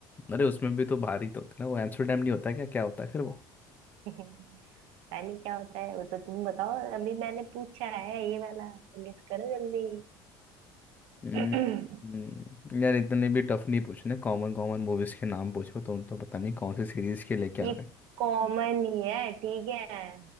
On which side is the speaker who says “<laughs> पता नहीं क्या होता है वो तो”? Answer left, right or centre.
Right